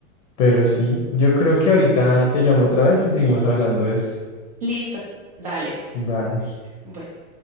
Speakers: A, on the left; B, on the right.
A: Pero sí, yo creo que ahorita te llamo otra vez y seguimos hablando de esto.
B: Listo, dale.
A: Dale.
B: Bueno,